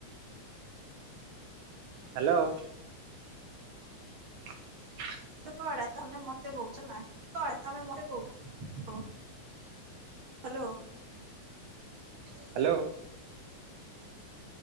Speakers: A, on the right (about 75°); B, on the right (about 50°).
A: ହ୍ୟାଲୋ। ହ
B: କଡ ତମେ ମତେ କହୁଛ ନା କଡା ତମେ ମତେ କହୁଛ। Hello.
A: Hello.